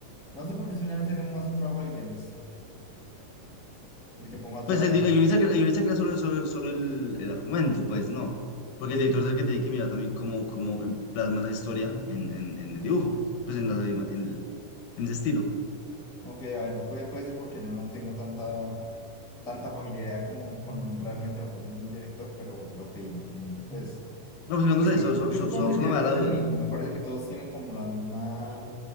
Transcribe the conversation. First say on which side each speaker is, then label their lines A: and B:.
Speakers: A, in the centre; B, on the left.
A: No sé por qué eso ya no sería más un trabajo del guionista, el que ponga toda
B: Pues el,
A: la dinámica.
B: di- el guionista, cre- el guionista crea solo, solo, solo el, el argumento, pues no, porque el director es el que tiene que mirar también cómo, cómo em- plasma esa historia en, en, en el dibujo, pues en, la, en, el- en ese estilo.
A: Ok, a ver, puede, puede ser porque yo no tengo tanta, tanta familiaridad con, con realmente la función del director, pero, pero ok, entiendo. Pues
B: No, pues igual
A: Pues
B: no sé,
A: sí,
B: so-
A: yo,
B: so-
A: yo
B: so-
A: supongo
B: so-
A: que
B: solo
A: el director
B: me da la duda.
A: es el mismo, me parece que todos tienen como la misma